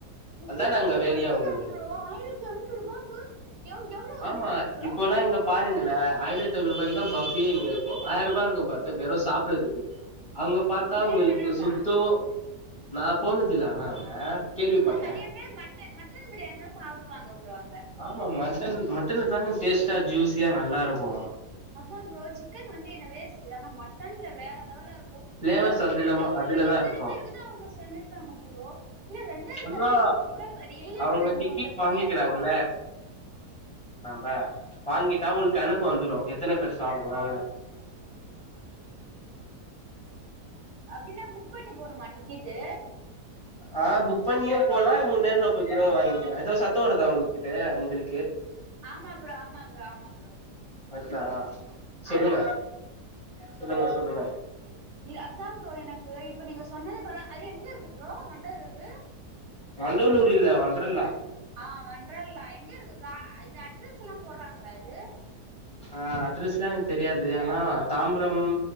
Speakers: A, on the right; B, in the centre.
A: அப்படியாயி
B: அதா நாங்க வேலையா
A: வருத்துதா
B: உங்கள்து
A: ப்ரோ ஆயிரத்தி ஐநூறு ரூபாய்க்கு எ எவ்ளோ
B: ஆமா
A: <unintelligible> இருக்கு ப்ரோ
B: இப்போல்லா இங்க பாருங்களே <unintelligible> இங்க இருக்கு ஆயிர ரூபாய இருக்கு <unintelligible> வெறு சாப்பறதுக்கு அங்க பாத்தா
A: பிரியாணி
B: உங்களுக்கு
A: நல்லா இருக்கா
B: சுத்தோ நா போனது இல்ல ஆனா அங்க கேள்விப்பட்ட
A: ஆனா நிறைய பேர் மட்டன் மட்டன் பிரியாணி தா சாப்புடுவாங்க ப்ரோ அங்க
B: ஆமா மட்டன் மட்டன்னு தான டேஸ்ட்டா ஜூஸியா நல்லா இருக்கூ
A: அதா ப்ரோ சிக்கன் வந்து என்ன வேஸ்ட்ட் ஆனா மட்டன்ல வேற லெவலா இருக்கு
B: ஃபிளேவர்ஸ்
A: எனக்கு அது கூட
B: இல்லாம
A: டவுட்
B: அதுலதா
A: இல்ல எத்தன
B: இருக்கு
A: பேருக்கு தா அவங்க சமைப்பாங்க சரி ஓகே இல்ல ரெண்டாயிரத்தி
B: அதா
A: ஐநூறு ரூபா கூட இல்ல
B: அவங்க
A: ப்ரோ நீங்க
B: டிக்கெட்
A: உங்களுக்கு
B: வாங்கிக்கிறாங்கல்ல
A: தெரியாது போல
B: ப வாங்கிட்டா
A: ம்.
B: உங்களுக் கணக்கு வந்துரு எத்தன பேர் சாப்புடுவாங்கனு
A: அப்டினா புக் பண்ணி போணுமா டிக்கெட்டு
B: ஆஹ் புக் பண்ணியே போய் ர்லா நீங் நேர்ல போய்கூட வாங்கிகலா எதோ சத்த வருதா உங்ககிட்ட உங்கள்
A: ஆமா ப்ரோ ஆமா ப்ரோ ஆமா ப்ரோ
B: வருதா சொல்லுங்க
A: ஆமா ப்ரோ
B: சொல்லுங்க சொல்லுங்க
A: இ அது தா ப்ரோ எனக்கு இப்ப நீங்க சொன்னதுக் கப்பற அது எங்க இருக்கு ப்ரோ வொண்டர் இது
B: வண்டலூர் இல்ல வன்ட்ருலா
A: ஆஹ் வன்ட்றலா எங்க இருக்கு ப்ரோ இது அட்ரஸுலா போட்றாங்ளா இது
B: ஆஹ் அட்ரஸ்லா எனக்கு தெரியாது ஆனா தாம்பரம்